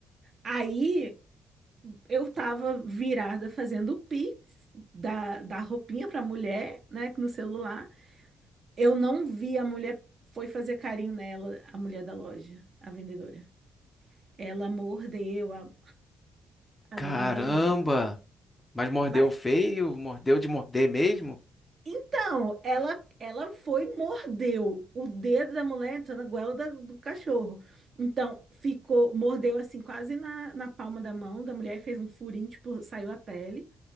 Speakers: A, on the right; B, on the left.
A: Aí eu tava virada fazendo o Pix da, da roupinha pra mulher, né? No celular. Eu não vi a mulher, foi fazer carinho nela, a mulher da loja, a vendedora. Ela mordeu a, a
B: Caramba!
A: dona da loja.
B: Mas mordeu
A: Mas
B: feio? Mordeu de morder mesmo?
A: então, ela ela foi e mordeu o dedo da mulher entrou na goela da- do cachorro. Então, ficou, mordeu assim quase na, na palma da mão da mulher e fez um furinho, tipo, saiu a pele.